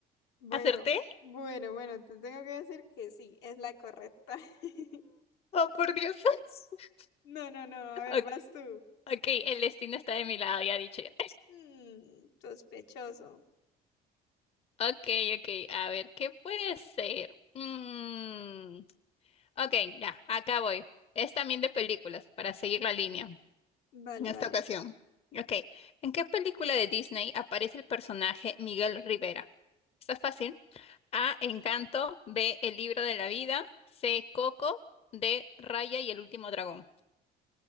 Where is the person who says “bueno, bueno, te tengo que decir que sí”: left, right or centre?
Left